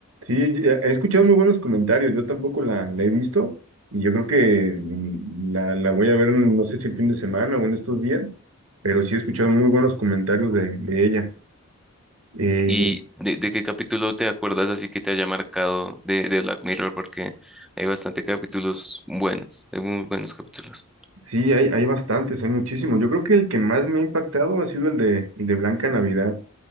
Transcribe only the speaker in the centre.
¿Y de, de qué capítulo te acuerdas así que te haya marcado de, de Black Mirror? Porque hay bastante capítulos buenos, hay muy buenos capítulos.